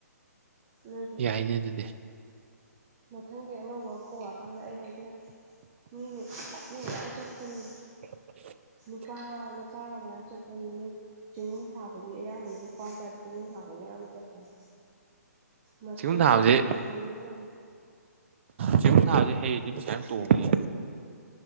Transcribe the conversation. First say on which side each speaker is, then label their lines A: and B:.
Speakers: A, on the right; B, on the right.
A: ꯅꯣꯏꯁꯨ
B: ꯌꯥꯏꯅꯦ ꯑꯗꯨꯗꯤ
A: ꯃꯊꯪꯒꯤ ꯑꯅꯧꯕ ꯀꯧꯔꯀꯥꯟꯗ ꯑꯩ ꯍꯥꯏꯖꯔꯛꯀꯦ ꯃꯤ ꯃꯤ ꯃꯤ ꯃꯌꯥꯝ ꯆꯠꯄꯅꯤ
B: <inaudible>
A: <unintelligible> ꯃꯆꯥꯒ ꯃꯌꯥꯝ ꯆꯠꯄꯅꯦ <unintelligible> ꯆꯦꯡꯒꯨꯝ ꯊꯥꯕꯒꯤ ꯑꯌꯥꯝꯕꯅ ꯂꯨꯄꯥ ꯃꯆꯥꯗꯤ ꯆꯦꯡꯒꯨꯝ ꯊꯥꯕꯅꯤ ꯑꯌꯥꯝꯕ ꯆꯠꯄꯅꯦ ꯃꯁꯔꯨꯝ
B: ꯆꯦꯡꯒꯨꯝ ꯊꯥꯕꯁꯦ
A: ꯀꯜꯇꯤꯚꯦꯁꯟꯒꯤ ꯇꯧ
B: ꯆꯦꯡꯒꯨꯝ ꯊꯕꯖꯦ ꯍꯩꯔꯥꯗꯤ ꯄꯩꯁꯥ ꯌꯥꯝ ꯇꯣꯡꯑꯦ ꯍꯦ